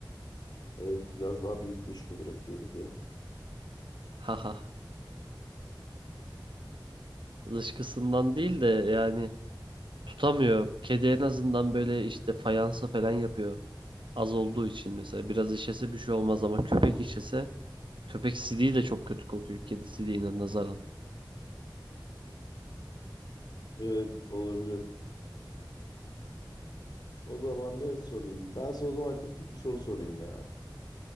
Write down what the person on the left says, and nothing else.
Evet biraz daha büyük dışkı bırakıyor bir de.
Evet olabilir. O zaman ne sorayım? Ben size o zaman kritik bir soru sorayım ya.